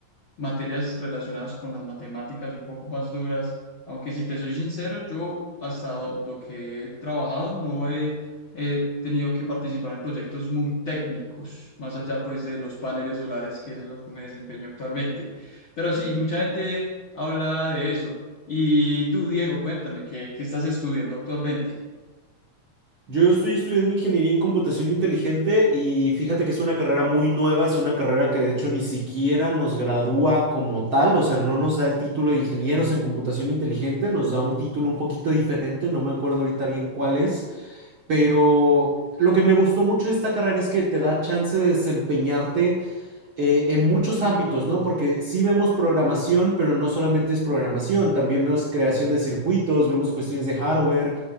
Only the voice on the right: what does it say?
Yo estoy estudiando ingeniería en computación inteligente y fíjate que es una carrera muy nueva, es una carrera que de hecho ni siquiera nos gradúa como tal, o sea, no nos da el título de ingenieros en computación inteligente, nos da un título un poquito diferente, no me acuerdo ahorita bien cuál es, pero lo que me gustó mucho de esta carrera es que te da chance de desempeñarte eh, en muchos ámbitos, ¿no? Porque sí vemos programación, pero no solamente es programación, también vemos creación de circuitos, vemos cuestiones de hardware,